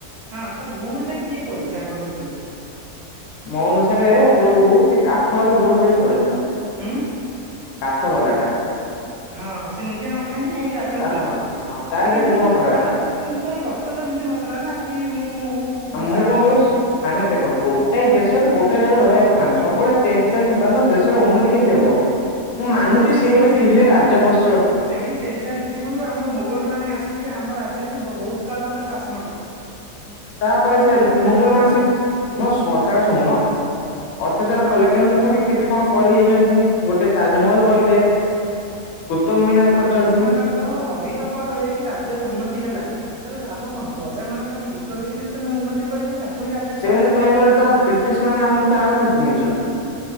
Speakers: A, on the right (about 65°); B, on the left (about 65°).
A: ହଁ ତ ଭୁଲ ଟା କିଏ କରିଚି ଆଙ୍କ ଭିତୁରୁ?
B: ମୋ ଅନୁସାରେ ଯୋଉ ସେ କାଠ ବାଲା ଭୁଲ କରି ପଲେଇଲା।
A: ହୁଁ।
B: କାଠ ବାଲା ଟା।
A: ହଁ ସେ ନିଜେ ନ ଖାଇଁକି କାହିଁକି ରାଜାଙ୍କୁ
B: ହଁ
A: ଦେଲା।
B: ତାର
A: କିନ୍ତୁ
B: ଟିକେ ଗୁଣ ଖରାପ
A: ତାର କିନ୍ତୁ ତାର ଲକ୍ଷ୍ୟ ତ ଏମତି ନଥିଲା ନା କି ମୁଁ
B: ମୁଁ
A: ଚାହୁଁନି
B: କଣ କରୁଛି ମାନେ ଦେଖ ଗୋଟେ ଦେଶରେ ଗୋଟେ ରାଜା ରହିବା କ ସବୁବେଳେ ଚେଞ୍ଜ ଚାଞ୍ଜ ହେବାର ଦେଶର ଉନ୍ନତି କେମିତି ହବ? ମୁଁ ମାନୁଚି
A: ହଁ ଯେ
B: ସିଏ
A: ସେଇ
B: ଗୋଟେ
A: ଚେନଚାଞ୍ଜ
B: ଥିଲେ ରାଜବସ
A: ଯୁଗୁରୁ ସେହି ଚେଞ୍ଜ ଚାଞ୍ଜ ଯିଗୁରୁ ଆମର ମୋଗଲ ମାନେ ଆସିକି ଆମ ରାଜ୍ୟକୁ ବହୁତ କାଳ ହେଲା ଶାସ
B: ତାପରେ ସେ
A: ଅତ୍ୟାଚାର
B: ମୋଗଲ ମା
A: କଲେ
B: ଆସିକି ମୋ କଥାଟା ଶୁଣୁନ। ଅତ୍ୟାଚାର
A: ହଁ
B: କଲେ କିନ୍ତୁ ତଥାପି କେତେ କଣ କରି ଯାଇଚନ୍ତି ବି। ଗୋଟେ ତାଜମହଲ କରିଲେ କୁତୁବ ମିନାର କରିଛନ୍ତି।
A: ମାନଙ୍କର ଅହିତକର ହେଇକି ରାଜ୍ୟର ଉନ୍ନତି ହେଲା ତାଲେ ଲାଭ କଣ ପ୍ରଜା ମାନଙ୍କ ର ହିତ ଦେଖି ଯଦି ତମେ ଉନ୍ନତି କରିବ ତାକୁ ହିଁ ରାଜା
B: ସେମିତି
A: କୁହାଯିବ।
B: କହିଗଲେ ତ ବ୍ରିଟିଶ ମାନେ ଆମକୁ ତ ଆହୁରି ଲୁଟି ନେଇଚନ୍ତି।